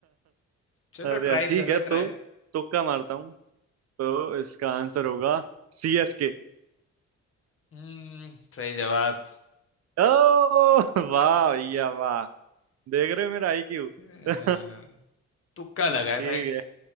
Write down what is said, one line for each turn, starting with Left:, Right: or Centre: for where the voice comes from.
Left: चलो
Right: अरे
Left: ट्राई
Right: यार ठीक
Left: करो
Right: है तो
Left: ट्राई
Right: तुक्का मारता हूँ तो इसका आंसर होगा सी एस के
Left: हम्म सही जवाब
Right: ओ वाह भैया वाह देख रहे हो मेरा आई क्यू <laughs>
Left: अ,
Right: ठीक
Left: तुक्का लगा है भाई
Right: है